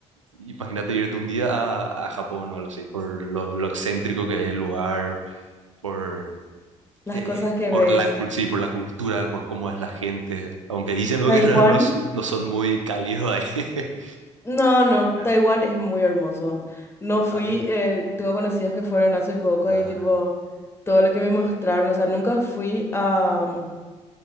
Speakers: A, on the right; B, on the left.
A: Imagínate irte un día a, a Japón o algo así, por lo, lo excéntrico que es el lugar, por,
B: Las
A: eh,
B: cosas que
A: por
B: ves.
A: la, cul- sí, por la cultura, por cómo es la gente, aunque dicen lo
B: Taiwán.
A: que no, no, s- no son muy cálidos ahí. <laughs>
B: No, no.
A: Eh,
B: Taiwán es muy hermoso. No fui.
A: Ah,
B: eh, tengo conocidos que fueron hace poco
A: ah,
B: y tipo todo lo que me mostraron. O sea, nunca fui a,